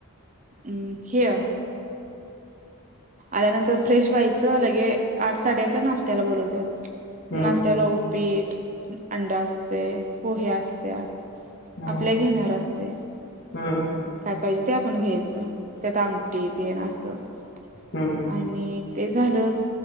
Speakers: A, on the right; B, on the left.
A: <inaudible> हे आल्यानंतर फ्रेश व्हायचं लगे आठ साडेआठ ला नाशत्याला बोलवत्यात.
B: हम्म
A: नाश्त्याला उपी अंड असते, पोहे असत्यात.
B: हम्म हम्म
A: आपल्या घेन्यावर असतय.
B: हम्म हम्म
A: पाहिजे ते आपण घ्यायचं. त्यात आमटी तेन असं. चा.
B: हम्म
A: <inaudible> आणि ते झालं